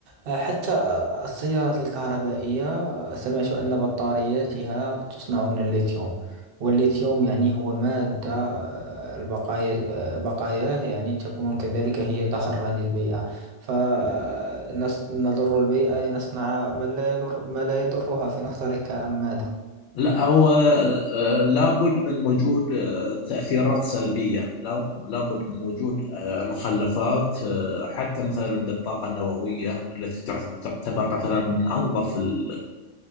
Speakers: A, on the right (about 55°); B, on the left (about 70°).
A: آه، حتى آه، السيارات الكهربائية آه، سمعت أن بطارياتها تصنع من الليثيوم والليثيوم يعني هو مادة آه، البقايا آه، بقاياه يعني تكون كذلك هي ضارة للبيئة فنضر البيئة لنصنع ما لا يضر ما لا يضرها في نظرك أم ماذا؟
B: لا هو آه، لابد من وجود آه، تأثيرات سلبية لا- لابد من وجود آه، مخلفات آه، حتى مثلا بالطاقة النووية التي تعت- تعتبر مثلا من أنظف ال-